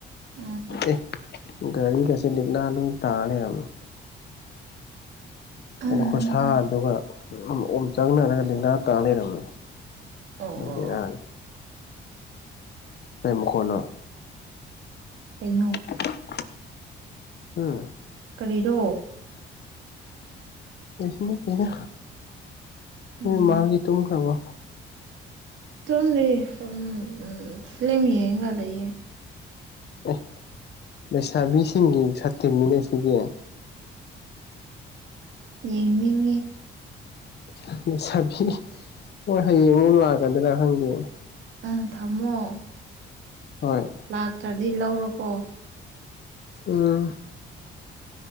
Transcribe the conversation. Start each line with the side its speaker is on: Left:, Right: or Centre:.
Right: ꯎꯝ
Left: ꯑꯦ ꯒꯥꯔꯤꯒꯁꯦ ꯂꯤꯛꯂꯥ ꯂꯣꯏ ꯇꯥꯔ ꯂꯩꯔꯝꯃꯦ
Right: ꯎꯝ
Left: ꯀꯩꯅꯣ ꯈꯨꯠꯁꯥ ꯗꯨꯒ ꯑꯣꯝ ꯆꯥꯛꯔꯒ ꯂꯤꯛꯅꯥ ꯇꯥ ꯂꯩꯔꯝꯃꯤ
Right: ꯑꯣ ꯑꯣ
Left: ꯕꯦꯔꯥꯅꯤ ꯀꯔꯤ ꯃꯈꯣꯟꯅꯣ
Right: ꯀꯩꯅꯣ
Left: <unintelligible> ꯎꯝ
Right: ꯀꯔꯤꯔꯣ
Left: ꯀꯩꯁꯨ ꯅꯠꯇꯦꯗ
Right: ꯎꯝ
Left: ꯅꯣꯏ ꯃꯥꯗꯤ ꯇꯨꯝ ꯈ꯭ꯔꯕꯣ
Right: ꯇꯨꯝꯗꯤ ꯎꯝ ꯐꯤꯂꯝ ꯌꯦꯡꯉꯒ ꯂꯩꯌꯦ
Left: ꯑꯦ ꯂꯩꯁꯥꯕꯤꯁꯤꯡꯒꯤ ꯁꯥꯇꯤꯟꯗꯨꯅꯤ ꯁꯤꯗꯤ
Right: ꯌꯦꯡꯅꯤ
Left: <unintelligible> ꯃꯣꯏ ꯍꯌꯦꯡ ꯑꯃꯨꯛ ꯂꯥꯛꯀꯗ꯭ꯔꯥ ꯈꯪꯗꯦ
Right: ꯎꯝ ꯊꯝꯃꯣ
Left: ꯍꯣꯏ
Right: ꯂꯥꯛꯇ꯭ꯔꯗꯤ ꯂꯧꯔꯣꯀꯣ
Left: ꯎꯝ